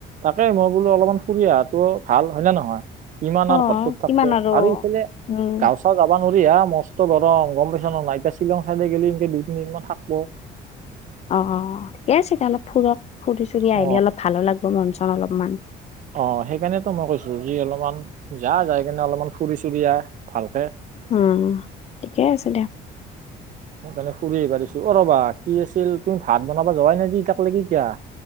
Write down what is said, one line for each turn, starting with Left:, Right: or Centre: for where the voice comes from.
Right: তাকে মই বোলো অলপমান ফুৰি অহা টো ভাল হয়নে নহয় কিমান আৰু
Left: অ
Right: সত্ৰত
Left: কিমান
Right: থাক আৰু ইফালে
Left: উম
Right: গাওচা যাবা নোৱাৰি হা মস্ত ধৰ গম পেছা নাই এতিয়া শ্বিলং চাইড গেলি এনকে দুই তিনিদিনমান থাকিব
Left: অ ক আ চতিয়া অলপ ফুৰক ফুৰি চুৰি
Right: অ
Left: আহিলে অলপ ভালো লাগব মন চন অলপমান
Right: অ সেইকাৰণেতো মই কৈছো যি অলপমান যা যাই কিনে অলপমান ফুৰি চুৰি আহ ভালকে
Left: উম ঠিকেই আছে দিয়া
Right: সেইকাৰণে ফুৰিহে পাৰিছো অ ৰ'বা কি আছিল তুমি ভাত বনাবা যোৱাই নে যে ই তাক ল কি কিয়া